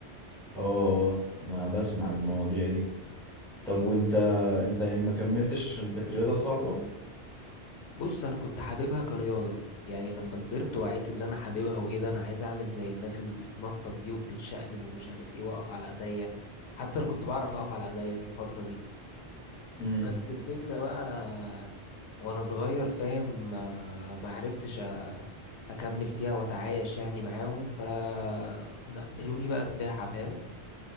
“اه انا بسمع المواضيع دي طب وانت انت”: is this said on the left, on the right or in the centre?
Centre